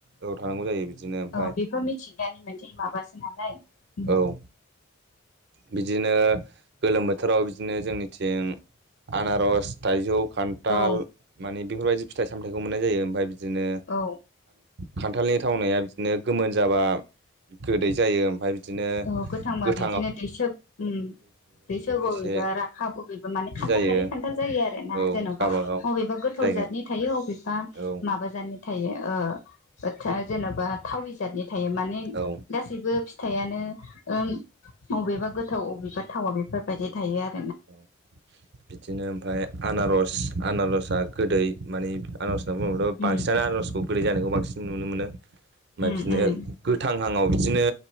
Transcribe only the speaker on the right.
औ थानांगौ जायो बिदिनो ओमफ्राय
औ बिदिनो गोलोम बोथोराव बिदिनो जोंनिथिं आनारस थाइजौ खान्थाल
मानि बेफोरबायदि फिथाइ सामथायाइखौ मोननाय जायो। ओमफ्राय बिदिनो
खान्थालनि थावनाया बिदिनो गोमोन जाबा गोदै जायो ओमफ्राय बिदिनो
गोथाव
एसे
बिदि
जायो
औ
गावबागाव
जायगा
औ
औ
औ बिदिनो ओमफाय। आनारस आनारसआ गोदै माने आनारस होनना बुङोबथ
बांसिनानो आनारसखौ। गोदै जानायखौ बांसिन नुनो मोनो ओमफ्राय
बिदिनो
गोथां हांआव बिदिनो